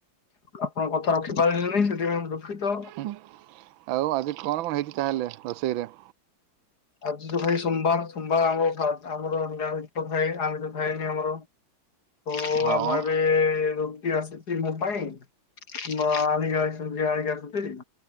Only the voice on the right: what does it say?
ଉଁ ଆଉ ଆଜି କଣ କଣ ହେଇଛି ତାହେଲେ ରୋଷେଇରେ?
ହଁ